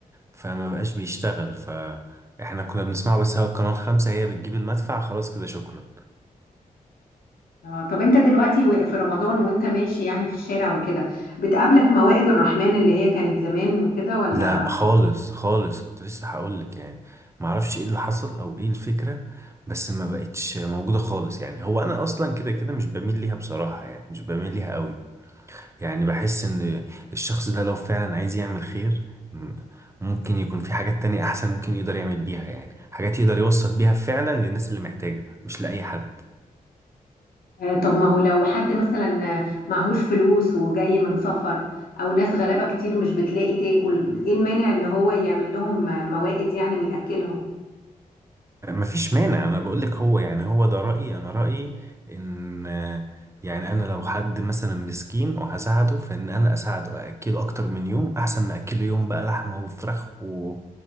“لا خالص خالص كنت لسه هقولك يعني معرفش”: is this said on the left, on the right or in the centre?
Right